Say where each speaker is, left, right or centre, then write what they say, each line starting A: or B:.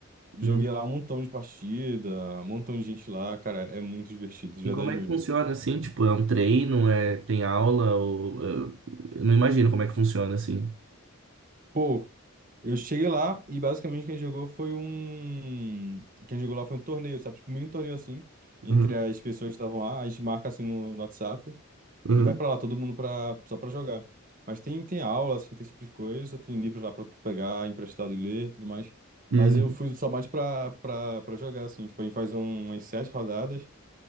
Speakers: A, on the right; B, on the right.
A: Joguei
B: Uhum.
A: lá um montão de partida, um montão de gente lá, cara, é muito divertido, de verdade
B: E como é
A: mesmo.
B: que funciona assim? Tipo, é um treino? É, tem aula? Ou, eh, eu não imagino como é que funciona assim.
A: Pô, eu cheguei lá e basicamente quem jogou foi um. Quem jogou lá foi um torneio, sabe? Tipo, um mini torneio assim, entre
B: Uhum.
A: as pessoas que estavam lá. A gente marca assim no, no WhatsApp
B: Uhum.
A: e vai pra lá, todo mundo pra, só pra jogar. Mas tem, tem aula, assim, tem esse tipo de coisa, tem livros lá pra tu pegar, emprestado e ler, tudo mais.
B: Uhum.
A: Mas eu fui só mais pra, pra, pra jogar, assim. Tipo, a gente faz um, umas sete rodadas,